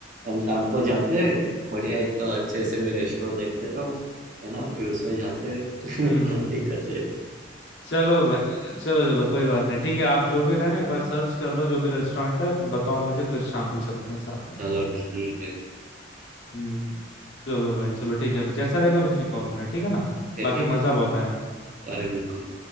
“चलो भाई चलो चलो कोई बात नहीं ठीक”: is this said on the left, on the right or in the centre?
Left